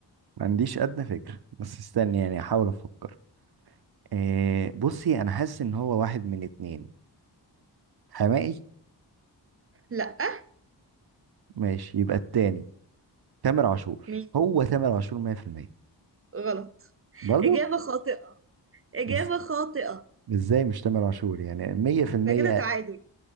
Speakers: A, on the right; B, on the right.
A: ما عنديش أدنى فكرة بس استني يعني أحاول أفكر إيه بصي أنا حاسس إن هو واحد من اتنين حمائي
B: لأ
A: ماشي يبقى التاني تامر عاشور
B: مين
A: هو تامر عاشور 100%
B: غلط
A: برضه
B: إجابة خاطئة إجابة
A: إز-
B: خاطئة
A: ازاي مش تامر عاشور يعني 100%
B: ده كده تعادل